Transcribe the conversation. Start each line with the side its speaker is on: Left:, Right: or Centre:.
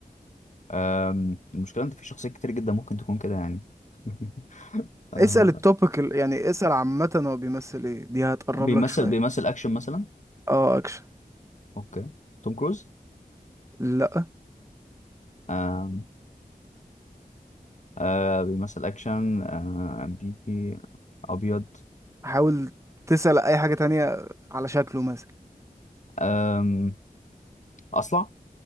Left: آم، المشكلة إن في شخصيات كتير جدا ممكن تكون كده يعني <laughs> آه،
Right: اسأل التوبيك ال- يعني اسأل عامة هو بيمثل ايه دي هتقرب
Left: بيمثل
Right: لك شوية
Left: بيمثل أكشن مثلا
Right: اه اكشن
Left: أوكي توم كروز
Right: لا
Left: آم، آه، بيمثل أكشن آه، أمريكي أبيض
Right: حاول تسأل اي حاجة تانية على شكله مثلا
Left: آم، أصلع